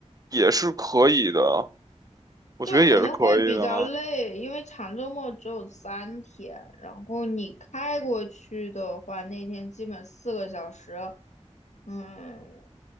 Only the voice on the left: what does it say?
就肯定会比较累，因为长周末只有三天，然后你开过去的话，那天基本四个小时，嗯，